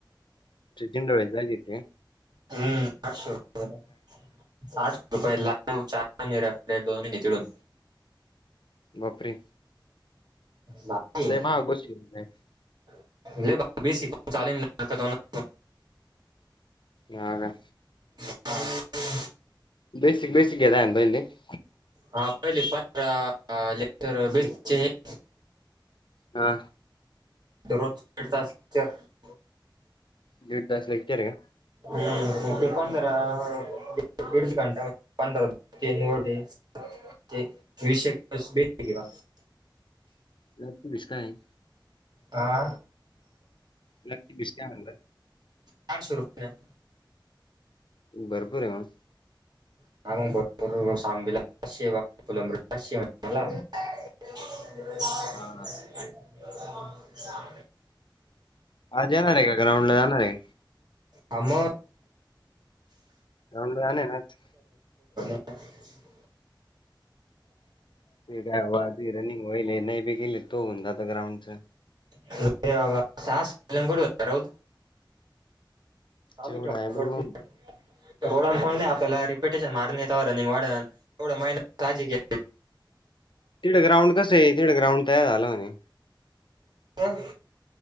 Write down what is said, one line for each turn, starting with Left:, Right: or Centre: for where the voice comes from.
Left: <unintelligible> झाली येत्या
Right: हम्म आठसे रुपयाला साठ रुपये <inaudible> ला चार <inaudible> दोन तिडून
Left: बापरे
Right: भारी.
Left: लय महाग बसली <unintelligible>
Right: <unintelligible>
Left: हा का
Right: <inaudible>
Left: बेसिक बेसिक घे <unintelligible>
Right: हा पहिले <inaudible> पंधरा लेटर बेचे <inaudible>
Left: हा
Right: दरोज <inaudible> एक तास <unintelligible>
Left: दीड तास हेक्टर ये का
Right: हूं ते पंधरा <unintelligible> दिडच घंटा <inaudible> पंधरा <inaudible> केले होते ते विशेक <unintelligible>
Left: <unintelligible> काय
Right: हा
Left: लकी बीस काय म्हणलं
Right: पाचशे <unintelligible>
Left: भरपूर ये मंग
Right: <unintelligible> <unintelligible>
Left: हा ना
Right: <inaudible>
Left: आज जाणार ये का ग्राउंड ला जाणार ये.
Right: हा म
Left: ग्राउंडला जाणार आहे ना आज.
Right: <unintelligible> <inaudible>
Left: तुझी काय बाब तुझी रनिंग होईले नय बी केली त होऊन जात ग्राउंड च
Right: <unintelligible> चालू
Left: तेवढं
Right: <unintelligible> त्या
Left: आहे पण मग
Right: रोडा <unintelligible> आपल्याला रिपिटेशन मारण ये तवा रनिंग वाढन एवढा महिना काळजी घे
Left: तिड ग्राऊडसं ये तिड ग्रांऊड तयारं झालं म्हणे
Right: अं,